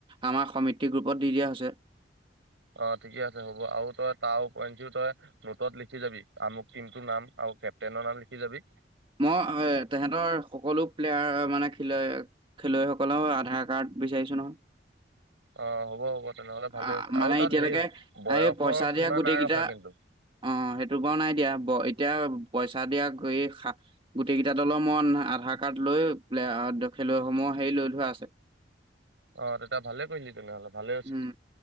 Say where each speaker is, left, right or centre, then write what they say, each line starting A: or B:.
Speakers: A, on the right; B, on the right.
A: আমাৰ সমিতি গ্ৰুপত দি দিয়া হৈছে। <inaudible>
B: অহ, ঠিকে আছে হ'ব আৰু তই তাও ওপৰদিও তই নোটত লিখি যাবি আমুক টিমটোৰ নাম কেপ্টনৰ নাম লিখি জাবি
A: মই এ' তেহন্তৰ সকলো প্লেয়াৰ মানে খি খেলুৱৈসকলৰও আধাৰ কাৰ্ড বিচাৰিছো নহয়।
B: অ হ'ব হ'ব
A: <inaudible>
B: তেনেহ'লে ভালেই হৈছে
A: মানে
B: আৰু তাত
A: এতিয়ালৈকে
B: হেৰি বয়সৰ
A: এই পইচা
B: সীমা
A: দিয়া গোটেই
B: নাই
A: কেইটা
B: ৰখা
A: অহ,
B: কিন্তু
A: সেইটো বাওঁ নাই দিয়া এতিয়া পইচা দিয়া গৈয়ে গোটেই কেইটা দলৰ মই আধাৰ কাৰ্ড লৈ প্লে খেলুৱৈসমূহ হেৰি লৈ থোৱা আছে।
B: অ তেতিয়া ভালে কৰিলি তেনেহ'লে ভালে হৈছে
A: <inaudible> উম,